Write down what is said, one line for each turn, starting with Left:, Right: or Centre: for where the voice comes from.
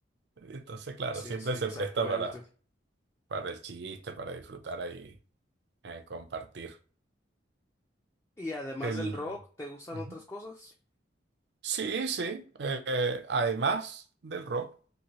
Right: Entonces, claro,
Left: sí,
Right: siempre
Left: sí, exactamente.
Right: se presta para para el chiste, para disfrutar ahí, eh, compartir.
Left: Y además
Right: El...
Left: del rock, ¿te gustan
Right: Ujú.
Left: otras cosas?
Right: Sí, sí. eh, eh, además del rock,